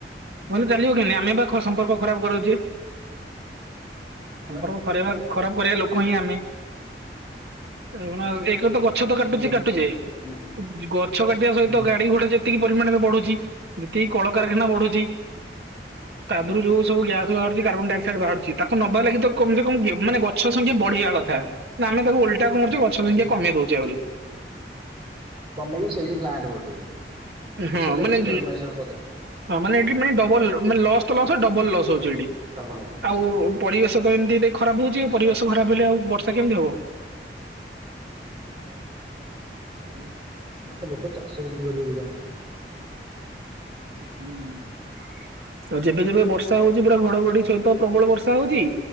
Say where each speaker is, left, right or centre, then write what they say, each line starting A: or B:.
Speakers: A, on the right (about 70°); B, on the right (about 30°).
A: ଭଲ ଚାଲିବ କେମିତି ଆମେ ବା ସମ୍ପର୍କ ଖରାପ କରାଉଛେ।
B: ହଁ
A: ସମ୍ପର୍କ
B: ବା
A: <unintelligible> ଖାଇବା <unintelligible> ଖରାପ କରିବା ଲୋକ ହିଁ ଆମେ। <unintelligible> ଗଛ ତ କାଟୁଚେ
B: ନା ଲୋକ
A: କାଟୁଛେ
B: ହୁଁ
A: ଗଛ କାଟିବା ସହିତ
B: ହୁଁ
A: ଗାଡି ଘୋଟେ ଯେତିକି ପରିମାଣରେ ବଢୁଛି, ଯେତିକି କଳକାରଖାନା ବଢୁଛି। ତା ଦେହରୁ ଯୋଉ ସବୁ ଗ୍ୟାସ୍ ବାହାରୁଛି କାର୍ବନ ଡ଼ାଇଅକ୍ସାଇଡ ବାହାରୁଛି, ତାକୁ ନବାଲାଗି କମ ସେ କମ ମାନେ ଗଛ ସଂଖ୍ୟା ବଢ଼ିବା କଥା। କଥା, ନା ଆମେ ତାକୁ ଓଲଟା କମ କରୁଛୁ ଗଛ ସଂଖା
B: ହୁଁ
A: କମେଇ ଦଉଛେ ଆହୁରି।
B: କମେଇକି ସେଇଠି ପ୍ଲାଣ୍ଟ କରିଦଉଛନ୍ତି। କିଛି
A: ହଁ
B: ଗୋଟେ
A: ମାନେ,
B: ଇନଷ୍ଟଲମେସନ କରିଦଉଛନ୍ତି
A: ହଁ ମାନେ, ଏଠି ମାନେ ଡବଲ ମାନେ ଲସ୍ ତ ଲସ୍ ଡବଲ ଲସ୍। ଠି
B: ଡବଲ
A: ଆଉ ପରିବେଶ ତ ଏମିତି ଖରାପ ହଉଛି ଆ ପରିବେଶ। ଖରାପ ହେଲେ ଆଉ ବର୍ଷା କେମିତି ହବ।
B: ଖବର ନ ଆଉ <unintelligible>
A: <inaudible>
B: ସମ ତ ଲୋକ ଚାଷ କେମିତି କରିବେ କେଜାଣି?
A: <unintelligible> ଆଉ ଯେବେ ଯେବେ ବର୍ଷା ହଉଛି, ପୁରା ଘଡଘଡି ସହିତ ପ୍ରବଳ ବର୍ଷା ହଉଛି।